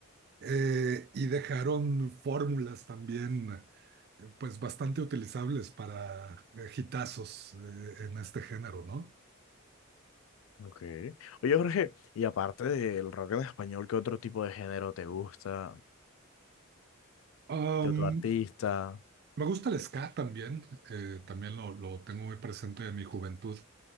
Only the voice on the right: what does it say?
Eh, y dejaron fórmulas también eh, pues bastante utilizables para eh, hitazos eh, en este género, ¿no?
Am,
Me gusta el ska también, eh, también lo, lo tengo muy presente de mi juventud.